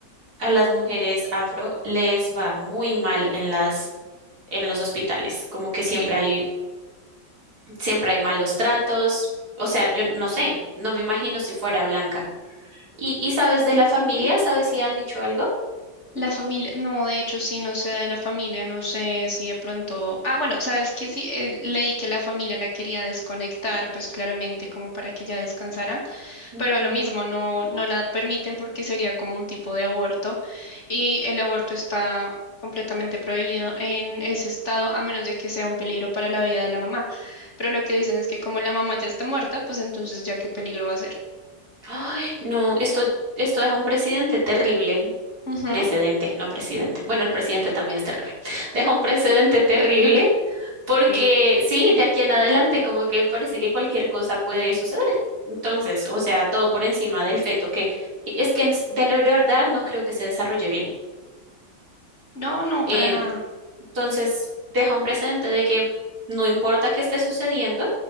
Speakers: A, on the right; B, on the left.
A: a las mujeres afro les va muy mal en las, en los hospitales, como que
B: Sí,
A: siempre hay, siempre hay malos tratos, o sea, yo no sé, no me imagino si fuera blanca. ¿Y, y sabes de la familia? ¿Sabes si han dicho algo?
B: la familia, no, de hecho sí, no sé de la familia, no sé si de pronto, ah, bueno, sabes que sí, eh, leí que la familia la quería desconectar, pues claramente como para que ella descansara,
A: Ujú.
B: pero lo mismo, no, no la permiten porque sería como un tipo de aborto y el aborto está completamente prohibido en ese estado a menos de que sea un peligro para la vida de la mamá, pero lo que dicen es que como la mamá ya está muerta, pues entonces ya qué peligro va a ser.
A: Ay, no, esto, esto deja un presidente terrible.
B: Ujú,
A: Precedente, no presidente. Bueno, el presidente también es terrible. Deja un precedente terrible Porque
B: sí.
A: sí, de aquí en adelante como que parece que cualquier cosa puede suceder. Entonces, o sea, todo por encima del feto, que que es que en s- de, de verdad no creo que se desarrolle bien.
B: No, no,
A: Eh,
B: para nada.
A: entonces, deja un precedente de que no importa qué esté sucediendo,